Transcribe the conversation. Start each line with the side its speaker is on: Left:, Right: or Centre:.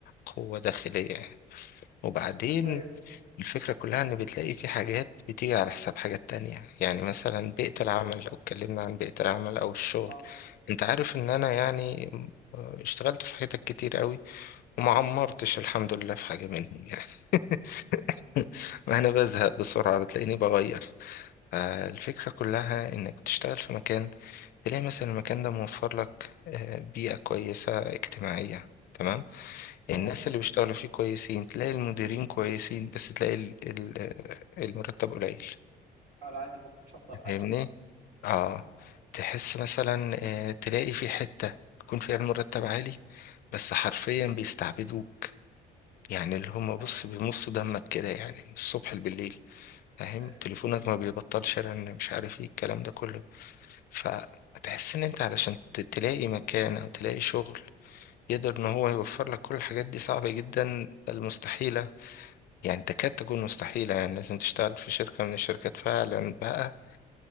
Left: قوة داخلية يعني وبعدين
Right: ايوه
Left: الفكرة كلها إن بتلاقي في حاجات بتيجي على حساب حاجات تانية يعني مثلا بيئة العمل لو اتكلمنا عن بيئة العمل أو الشغل
Right: اه
Left: أنت عارف إن أنا يعني آه، اشتغلت في حتت كتير قوي وما عمرتش
Right: ايوه
Left: الحمد لله في حاجة منهم يعني <laughs> ما أنا بزهق بسرعة بتلاقيني بغير فالفكرة كلها إنك بتشتغل في مكان تلاقي مثلا المكان ده موفر لك آه، بيئة كويسة اجتماعية تمام يعني
Right: اه
Left: الناس اللي بيشتغلوا فيه كويسين تلاقي المديرين كويسين بس تلاقي ال- ال- آه، المرتب قليل
Right: على عادي ما مش هفضل حاجه
Left: فاهمني؟ اه
Right: مم.
Left: تحس مثلا آه، تلاقي في حتة يكون فيها المرتب عالي بس حرفيا بيستعبدوك يعني اللي هم بص
Right: اه
Left: بيمصوا دمك كده يعني من الصبح بالليل فاهم
Right: ايوه
Left: تليفونك ما بيبطلش رن مش عارف ايه الكلام ده كله فتحس ان انت علشان ت- تلاقي مكان او تلاقي شغل يقدر ان هو يوفر لك كل الحاجات دي صعبة جدا المستحيلة يعني تكاد تكون مستحيلة يعني لازم تشتغل في شركة من الشركات فعلا بقى